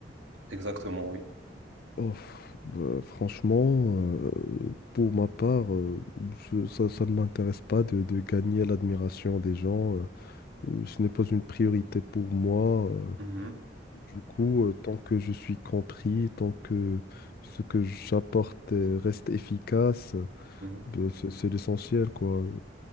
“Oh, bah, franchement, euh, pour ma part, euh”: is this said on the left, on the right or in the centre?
Left